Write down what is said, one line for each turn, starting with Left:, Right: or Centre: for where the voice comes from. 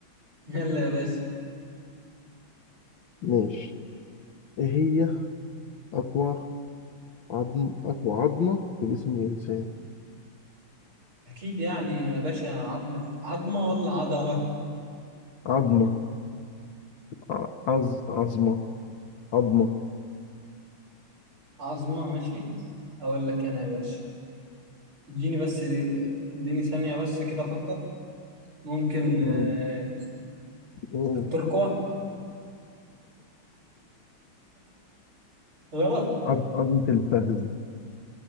Right: يلا يا باشا
Left: ماشي ايه هي اقوى عظم اقوى عظمة في جسم الانسان
Right: اكيد يعني يا باشا عظمة عظمة ولا عضلة؟
Left: عظمة ع- عظ عظمة عظمة
Right: عظمة ماشي اقول لك انا يا باشا اديني بس اديني ثانية بس كده افكر ممكن
Left: مم.
Right: آه،
Left: مم.
Right: التركوة غلط
Left: عظ- عظمة الفخذ